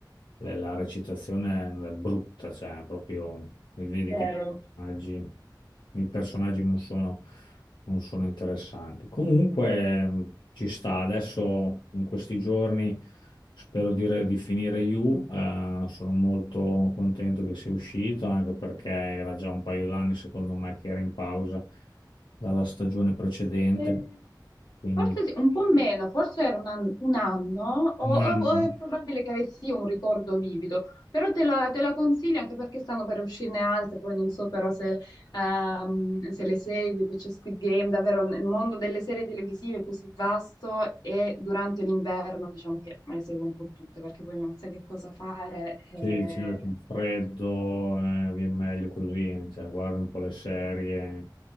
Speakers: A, on the left; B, on the left.
A: le- la recitazione è brutta, cioè proprio li vedi
B: Vero.
A: che i personaggi, i personaggi non sono, non sono interessanti. Comunque ci sta adesso in questi giorni. Spero di, re- di finire You, eh, sono molto contento che sia uscito, anche perché era già un paio d'anni, secondo me, che era in pausa dalla stagione precedente.
B: E
A: Quindi
B: Forse sì, un po' meno, forse era un, an- un anno, o,
A: un
B: o-
A: anno,
B: o è probabile che avessi un ricordo vivido, però te la, te la consiglio anche perché stanno per uscirne altre, poi non so però se, ehm, se le segui, poi c'è Squid Game, davvero nel mondo delle serie televisive è così vasto e durante l'inverno diciamo che me le seguo un po' tutte perché poi non sai che cosa fare. eh,
A: sì, c'è il freddo, eh, vi è meglio così, cioè, guardi un po' le serie,